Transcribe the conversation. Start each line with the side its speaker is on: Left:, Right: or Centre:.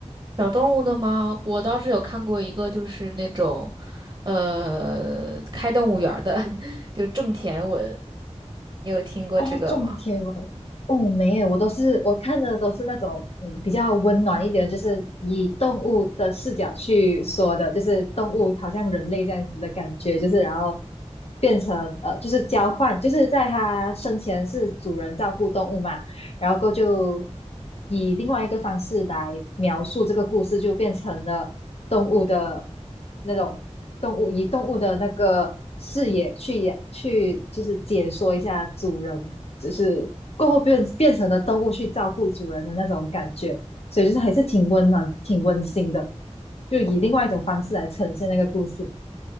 Right: 小动物的吗？我倒是有看过一个，就是那种。呃，开动物园儿的，<laughs> 就种田文，你有听过这个吗？
Left: 哦，种田文，哦没有，我都是我看的都是那种嗯比较温暖一点的就是以动物的视角去说的，就是动物好像人类这样子的感觉，就是然后变成呃就是交换，就是在它生前是主人照顾动物嘛。然后就以另外一个方式来描述这个故事，就变成了动物的那种动物，以动物的那个视野去演去，就是解说一下主人，就是过后变变成了动物去照顾主人的那种感觉，所以就是还是挺温暖、挺温馨的，就以另外一种方式来呈现那个故事。